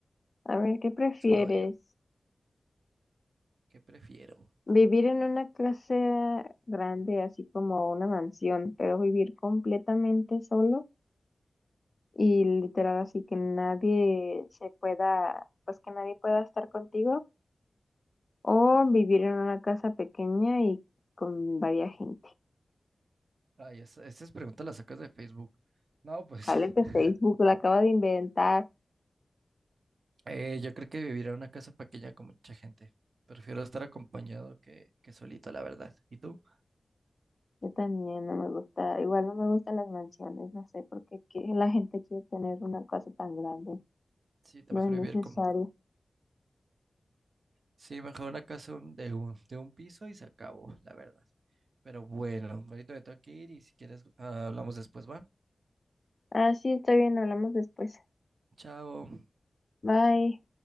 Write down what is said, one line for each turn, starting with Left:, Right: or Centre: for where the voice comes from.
Left: A ver, ¿qué prefieres?
Right: sol odio. ¿Qué prefiero?
Left: Vivir en una clase grande, así como una mansión, pero vivir completamente solo y literal así que nadie se pueda, pues que nadie pueda estar contigo o vivir en una casa pequeña y con varia gente.
Right: Ay, es- estas preguntas las sacas de Facebook. No, pues
Left: Vale, que
Right: <laughs>
Left: Facebook lo acaba de inventar.
Right: eh, yo creo que vivir en una casa pequeña con mucha gente. Prefiero estar acompañado que, que solito, la verdad. ¿Y tú?
Left: Yo también no me gusta, igual no me gustan las mansiones, no sé por qué que la gente quiere tener una casa tan grande,
Right: Sí, está
Left: no
Right: mejor
Left: es necesario.
Right: vivir con... Sí, mejor una casa un- de un, de un piso y se acabó, la verdad. Pero bueno, ahorita me tengo que ir y si quieres ah, hablamos después, ¿va?
Left: Ah, sí, está bien, hablamos después.
Right: Chao.
Left: Bye.